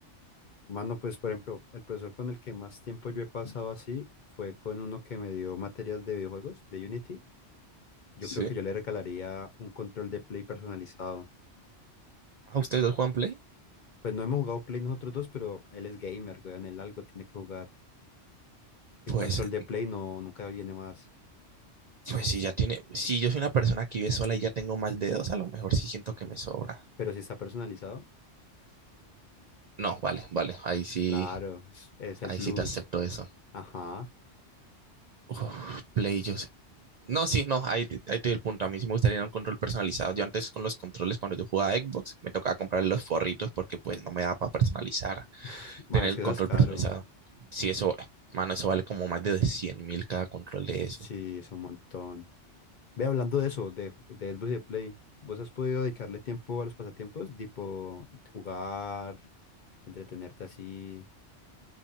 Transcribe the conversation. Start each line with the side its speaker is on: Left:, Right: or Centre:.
Left: Mano, pues por ejemplo, el profesor con el que más tiempo yo he pasado así fue con uno que me dio materias de videojuegos, de Unity. Yo
Right: Sí.
Left: creo que yo le regalaría un control de Play personalizado.
Right: ¿A ustedes dos juegan Play?
Left: Pues no hemos jugado Play nosotros dos, pero él es gamer, weón, él algo tiene que jugar. Y
Right: Pues,
Left: un control de
Right: eh,
Left: Play no, nunca viene más.
Right: pues si ya tiene, si yo soy una persona que vive sola y ya tengo más dedos, a lo mejor sí siento que me sobra.
Left: Pero si está personalizado,
Right: No, vale, vale, ahí sí,
Left: claro, es, es
Right: ahí
Left: el plus.
Right: sí te acepto eso.
Left: Ajá.
Right: Uf, Play, yo sé- No, sí, no, ahí, te- ahí te doy el punto. A mí sí me gustaría un control personalizado. Yo antes con los controles, cuando yo jugaba a Xbox, me tocaba comprar los forritos porque pues no me daba para personalizar.
Left: <laughs> Mano,
Right: tener
Left: es
Right: el
Left: que
Right: control
Left: eso es caro.
Right: personalizado. Si eso, mano, eso vale como más de 100 mil cada control de eso.
Left: Sí, es un montón. Ve hablando de eso, de, de Xbox y de Play, ¿vos has podido dedicarle tiempo a los pasatiempos? Tipo jugar, entretenerte así,